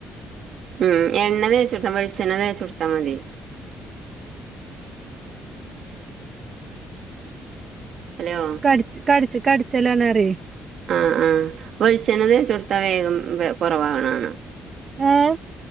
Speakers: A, on the right; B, on the right.
A: ഉം എണ്ണ തെച്ചുടുത്താം വെളിച്ചെണ്ണ തെച്ചുടുത്താൽ മതി. ഹലോ!
B: ഈച്ച കടിച്ച് കടിച്ചലണ അറിയേ
A: ആ ആഹ് വെളിച്ചെണ്ണ തേച്ചുടുത്ത വേഗം കുറവകണാകണാ
B: ഏ